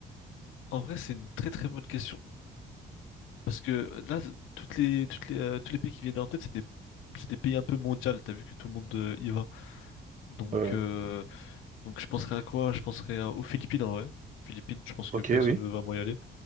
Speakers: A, on the left; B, on the right.
A: en vrai c'est une très très bonne question parce que là toutes les toutes les euh, tous les pays qui viennent en tête c'est des c'est des pays un peu mondiaux. T'as vu que tout le monde euh, y va. Donc
B: Euh,
A: euh, donc je penserais à quoi? Je penserais à- aux Philippines en vrai. Philippines, je pense
B: ok,
A: que personne
B: oui.
A: ne veut vraiment y aller.